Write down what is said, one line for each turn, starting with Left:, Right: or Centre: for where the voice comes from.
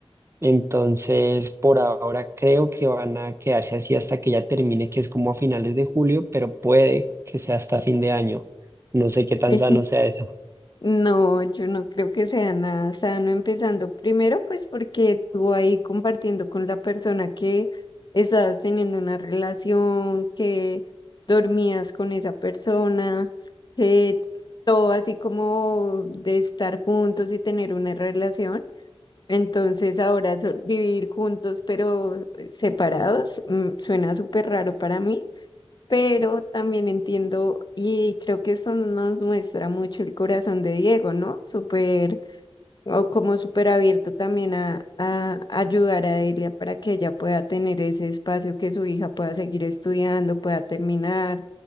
Right: entonces, por ahora creo que van a quedarse así hasta que ya termine, que es como a finales de julio, pero puede que sea hasta fin de año. No sé qué tan
Left: <laughs>
Right: sano sea eso.
Left: No, yo no creo que sea nada sano empezando primero, pues porque tú ahí compartiendo con la persona que estabas teniendo una relación, que dormías con esa persona, que todo así como de estar juntos y tener una relación. Entonces ahora so- vivir juntos pero eh, separados mm, suena súper raro para mí, pero también entiendo y creo que esto nos muestra mucho el corazón de Diego, ¿no? Súper o como súper abierto también a, a ayudar a Elia para que ella pueda tener ese espacio, que su hija pueda seguir estudiando, pueda terminar